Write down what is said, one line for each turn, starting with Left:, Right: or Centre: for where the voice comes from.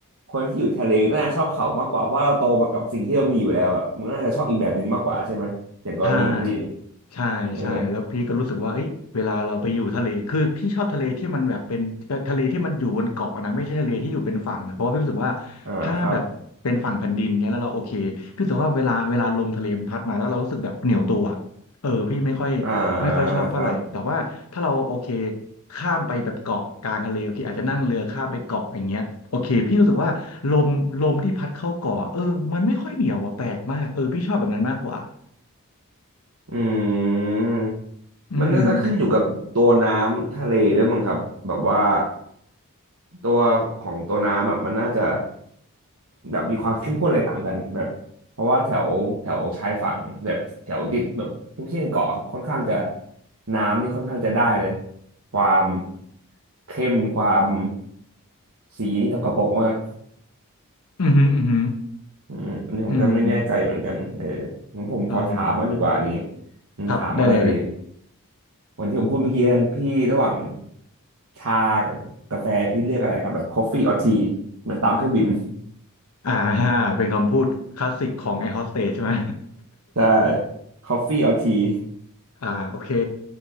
Right: คนที่อยู่ทะเลน่าชอบเขามากกว่าเพราะเราโตมากับสิ่งที่เรามีอยู่แล้วอะมันน่าจะชอบอีกแบบหนึ่งมากกว่าใช่ไหมอย่างกรณีของพี่
Left: ใช่ใช่ใช่แล้วพี่ก็รู้สึกว่าเอ้ยเวลาเราไปอยู่ทะเล
Right: เออ
Left: คือพี่ชอบทะเลที่มันแบบเป็นทะเลที่มันอยู่บนเกาะนะไม่ใช่ทะเลที่อยู่เป็นฝั่งนะเพราะว่าพี่รู้สึกว่าถ้าแบบเป็นฝั่งแผ่นดินเงี้ยแล้วเราโอเค
Right: อ่าครับ
Left: พี่รู้สึกว่าเวลาเวลาลมทะเลมันพัดมาแล้วเรารู้สึกแบบเหนียวตัวเออพี่ไม่ค่อย
Right: อ่า
Left: ไม่ค่อยชอบเท่าไหร่แต่ว่าถ้าเราโอเค
Right: ครับ
Left: ข้ามไปแบบเกาะกลางทะเลโอเคอาจจะนั่งเรือข้ามไปเกาะอย่างเงี้ยโอเคพี่รู้สึกว่าลมลมที่พัดเข้าเกาะเออมันไม่ค่อยเหนียวอะแปลกมากเออพี่ชอบแบบนั้นมากกว่า
Right: อืม
Left: อืม
Right: มันน่าจะขึ้นอยู่กับตัวน้ำทะเลด้วยมั้งครับแบบว่าตัวของตัวน้ำแบบมันน่าจะแบบมีความเข้มข้นอะไรต่างกันแบบเพราะว่าแถวแถวชายฝั่งแบบแถวติดแบบที่ไม่ใช่ในเกาะครับค่อนข้างจะน้ำนี่ค่อนข้างจะได้เลยความเข้มความสีนี่สกปรกมาก
Left: อืมอืม อืม
Right: อืมอันนี้ผมก็ไม่แน่ใจเหมือนกันเอองั้นผมขอถามมางดีกว่าอย่างนี้
Left: อืม เออ
Right: อืมถามอะไรดี
Left: ครับได้เลย
Right: เหมือนที่ผมพูดเมื่อกี้นั้นพี่ระหว่างชากับกาแฟพี่เลือกอะไรครับแบบ coffee or tea เหมือนตามเครื่องบิน
Left: อ่า <laughs> ฮะเป็นคำพูดคลาสสิกของแอร์โฮสเตสใช่ไหม
Right: ใช่ coffee or tea
Left: <laughs> อ่าโอเค